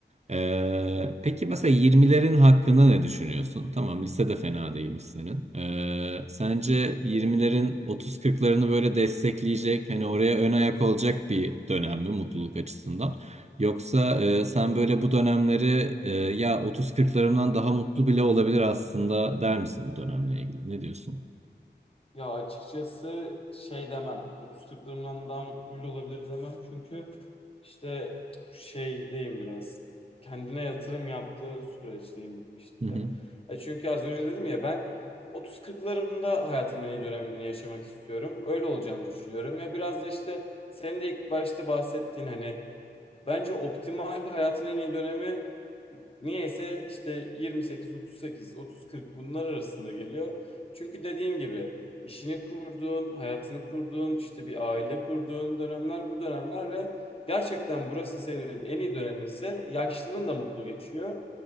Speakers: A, on the right (about 40°); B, on the left (about 30°).
A: Ee, peki mesela 20'lerin hakkında ne düşünüyorsun? Tamam lise de fena değilmiş senin. Ee, sence 20'lerin 30-40'larını böyle destekleyecek, hani oraya ön ayak olacak bir dönem mi mutluluk açısından? Yoksa e, sen böyle bu dönemleri e, ya 30-40'larımdan daha mutlu bile olabilir aslında der misin bu dönemle ilgili? Ne diyorsun?
B: Ya açıkçası şey demem. 30-40'larımdan daha mutlu bile olabilir demem. Çünkü işte şeydeyim biraz. Kendine yatırım yaptığı süreçteyim işte.
A: Hı hı,
B: E çünkü az önce dedim ya ben 30-40'larımda hayatımın en iyi dönemini yaşamak istiyorum. Öyle olacağını düşünüyorum. Ya biraz da işte senin de ilk başta bahsettiğin hani Bence optimal hayatın en iyi dönemi niyeyse işte 28, 38, 30, 40 bunlar arasında geliyor. Çünkü dediğin gibi işini kurduğun, hayatını kurduğun, işte bir aile kurduğun dönemler bu dönemler ve gerçekten burası senin en iyi döneminse yaşlılığın da mutlu geçiyor.